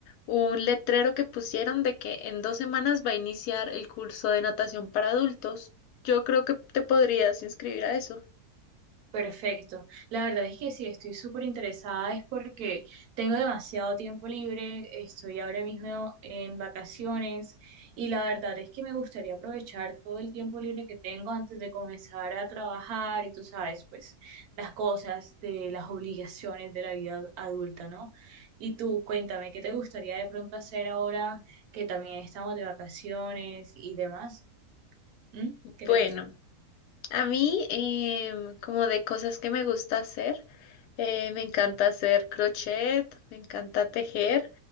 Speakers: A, on the left; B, on the right.
A: un letrero que pusieron de que en dos semanas va a iniciar el curso de natación para adultos. Yo creo que te podrías inscribir a eso.
B: Perfecto. La verdad es que sí, estoy súper interesada, es porque tengo demasiado tiempo libre, estoy ahora mismo en vacaciones y la verdad es que me gustaría aprovechar todo el tiempo libre que tengo antes de comenzar a trabajar y tú sabes, pues las cosas de las obligaciones de la vida adulta, ¿no? Y tú, cuéntame, ¿qué te gustaría de pronto hacer ahora que también estamos de vacaciones y demás? ¿Mm? ¿Qué
A: Bueno,
B: te gustaría?
A: a mí, em, como de cosas que me gusta hacer, eh, me encanta hacer crochet, me encanta tejer.